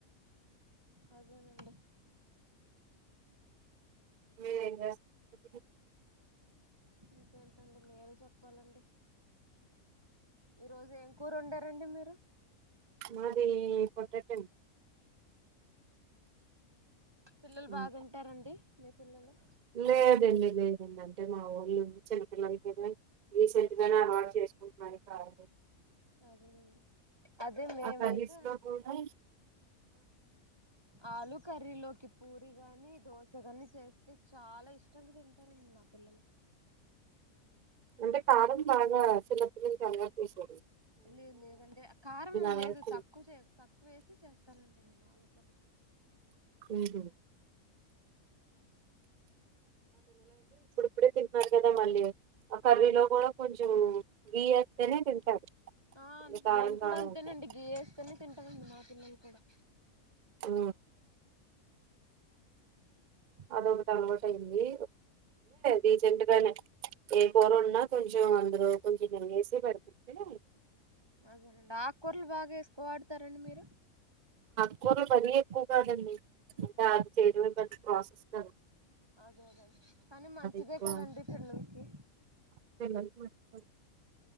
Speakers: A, on the right (about 15°); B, on the right (about 70°).
A: అదేనండి
B: మీరేం చేస్తున్నారు
A: ఇంకేంటండి మీరే చెప్పాలండి ఈ రోజు ఏం కూరు ఉండారండి మీరు
B: మారి పొట్టటం డీ
A: పిల్లలు
B: ఉమ్
A: బాగుంటారండి మీ పిల్లలు
B: లేదండి లేదండి అంటే మా ఊళ్ళు చిన్నపిల్లలకి రీసెంట్
A: ఉమ్
B: గానే అవాటు చేసుకుంటున్నాని కాదు
A: అదేనండి అదే మేమైతే
B: అక్కదిసు లో పోన్నా
A: ఆలుూ కర్రీలోకి పూరి గాని దోశగాని చేస్తే చాలా ఇష్టంగా తింటారు మా పిల్లలు
B: అంటే కారంం బాగా చిలప్పు చంగ చేసు
A: లేదు లేదండి కారం
B: అలవాటు
A: లేదు తక్కువ చే తక్కువ వేసి చేస్తానండి నేను ఆలోచన
B: ఉహు. ఇప్పుడే తింటున్నారు కదా మళ్ళీ ఆ కర్రీలో కూడా కొంచెం గియ్య వస్తేనే తింటారు
A: ఆ
B: అది కారం
A: నేను కూడా
B: కారం
A: అంతేనండి
B: ఉంటారు
A: గీ వేస్తేనే తింటానండి మా పిల్లలు కూడా
B: అ అదొకటి అలవాటు అయిందిే రీసెంట్ గానే ఏ కోరున్నా కొంచెం అందరు కొంచెం నెేసి పడుతుంది
A: అదేనండి ఆకూరలు బాగా వేసుకో ఆడుతారండి మీరు
B: ఎక్కువ మరీ ఎక్కువ కాదండి అంటే అది చేయడంమే మ ప్రాసెస్ కాదు
A: అదే అదండి కానీ మంచిదే
B: ఎక్కువ
A: కదండి పిల్లలకి
B: పిల్లలకి <unintelligible>